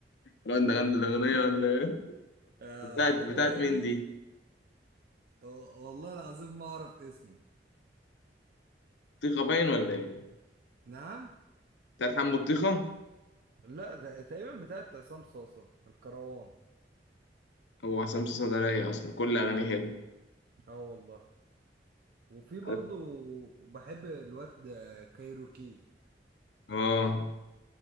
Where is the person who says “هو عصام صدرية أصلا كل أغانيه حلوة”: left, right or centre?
Left